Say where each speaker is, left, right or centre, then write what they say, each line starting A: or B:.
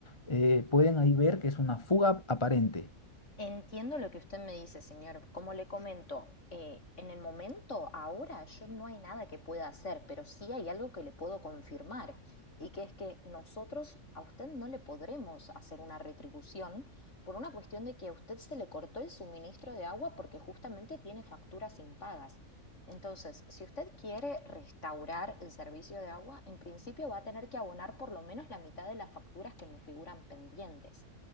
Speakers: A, on the left; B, on the left.
A: eh, pueden ahí ver que es una fuga aparente.
B: Entiendo lo que usted me dice, señor. Como le comento, eh, en el momento, ahora, yo no hay nada que pueda hacer, pero sí hay algo que le puedo confirmar, y que es que nosotros a usted no le podremos hacer una retribución por una cuestión de que a usted se le cortó el suministro de agua porque justamente tiene facturas impagas. Entonces, si usted quiere restaurar el servicio de agua, en principio va a tener que abonar por lo menos la mitad de las facturas que me figuran pendientes.